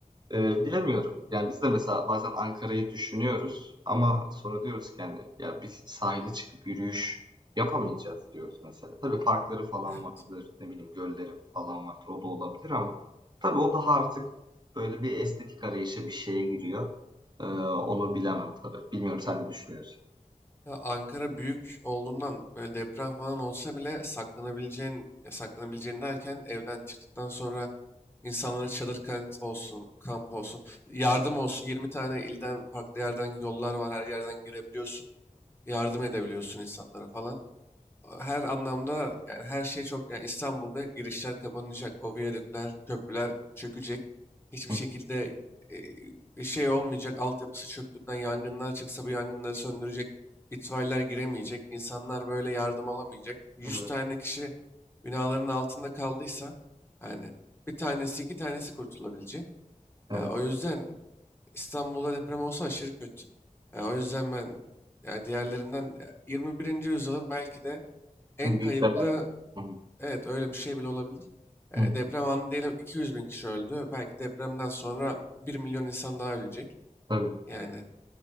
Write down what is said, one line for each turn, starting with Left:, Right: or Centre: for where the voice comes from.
Right: e, bilemiyorum. Yani biz de mesela bazen Ankara'yı düşünüyoruz ama sonra diyoruz ki yani ya biz sahile çıkıp yürüyüş yapamayacağız diyoruz mesela. Tabii parkları falan
Left: evet.
Right: vardır, ne bileyim gölleri falan vardır. O da olabilir ama tabii o daha artık böyle bir estetik arayışa bir şeye giriyor. E, onu bilemem tabii. Bilmiyorum sen ne düşünüyorsun?
Left: Ya Ankara büyük olduğundan böyle deprem falan olsa bile saklanabileceğin, ya saklanabileceğin derken evden çıktıktan sonra insanlara çadır kent olsun, kamp olsun, yardım olsun. 20 tane ilden farklı yerden yollar var, her yerden girebiliyorsun. Yardım edebiliyorsun insanlara falan her anlamda yani her şey çok yani İstanbul'da girişler kapanacak, o viyadükler, köprüler çökecek. Hiçbir
Right: <laughs>
Left: şekilde e, bir şey olmayacak. Altyapısı çöktüğünden yangınlar çıksa bu yangınları söndürecek. İtfaiyeler giremeyecek. insanlar böyle yardım alamayacak. Yüz
Right: Evet,
Left: tane kişi binaların altında kaldıysa yani bir tanesi iki tanesi kurtulabilecek.
Right: evet.
Left: Ya o yüzden İstanbul'da deprem olsa aşırı kötü. Ya o yüzden ben yani diğerlerinden ya 21. yüzyılın belki de en
Right: En
Left: kayıplı
Right: büyük felaket. Hı hı.
Left: evet öyle bir şey bile olabilir. E,
Right: Hı,
Left: deprem anı diyelim 200 bin kişi öldü. Belki depremden sonra bir milyon insan daha ölecek.
Right: tabii.
Left: Yani